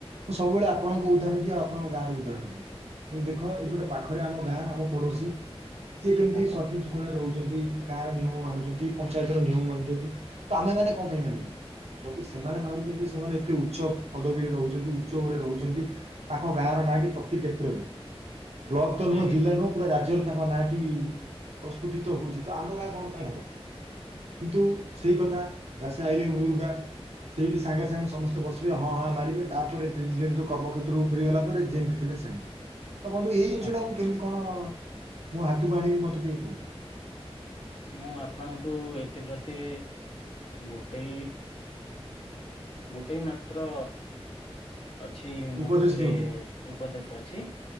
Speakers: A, on the right; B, on the left.
A: ମୁ ସବୁବେଳେ ଆପଣଙ୍କ ଉଦାହରଣ ଦିଏ ଆଉ ଆପଣଙ୍କ ଗାଁ ର ଉଦାହରଣ ଦିଏ ପୁଣି ଦେଖ ଏଠ ଗୋଟେ ପାଖରେ ଆମ ଗାଁ ଆମ ପଡୋଶୀ ସିଏ କେମିତି
B: ଆଜ୍ଞା
A: ସତିଜ କୋଣରେ ରହୁଛନ୍ତି ଗାଁ ର ନିୟମ ମାନୁଛନ୍ତି ପଞ୍ଚାୟତ ର ନିୟମ ମାନୁଛନ୍ତି। ତ ଆମେ ମାନେ କଣ ପାଇଁ ମାନିବେ ଯଦି ସେମାନେ ମାନୁଛନ୍ତି ସେମାନେ ଏତେ ଉଚ୍ଚ ପଦବୀରେ ରହୁଛନ୍ତି ଉଚ୍ଚରେ ରହୁଛନ୍ତି। ତାଙ୍କ ଗାଁ ର ନାଁ ଟି ପ୍ରତି କ୍ଷେତ୍ରରେ ବ୍ଲକ ତ ନୁହଁ
B: ଆଜ୍ଞା
A: ଜିଲ୍ଲା ନୁହଁ ପୁରା ରାଜ୍ୟରେ ତାଙ୍କ ନାଁ ଟି ପ୍ରସ୍ଫୁଟିତ ହଉଛି ତ ଆମ ଗାଁ କଣ ପାଇଁ ହବନି କିନ୍ତୁ ସେଇ କଥା ଦାସେ ଆଇଲେ ମୁଳରୁ ଗା ସେଇଠି ସାଙ୍ଗେ ସାଙ୍ଗେ ସମସ୍ତେ ବସିବେ ହଁ ହାଁ ମାରିବେ ତାପରେ ନିଜ ନିଜ କର୍ମ କ୍ଷେ ତ୍ର କୁ ଫେରି ଗଲା ପରେ ଯେମିତି ଥିଲେ ସେମତି ତ ବନ୍ଧୁ ଏଇ ଜିନିଷଟା
B: ଆଜ୍ଞା
A: ମୁଁ କେମିତି କ କଣ ମୋ ହାତକୁ ଆଣିବି ମତେ ଟିକେ କୁହନ୍ତୁ
B: ମୁଁ ଆପଣଙ୍କୁ ଏଥିପ୍ରତି ଗୋଟେ ଗୋଟେ ମାତ୍ର ଅଛି
A: ଉପଦେଶ
B: ମୋ କତିରେ
A: ଦିଅନ୍ତୁ।
B: ଉପଦେଶ ଅଛି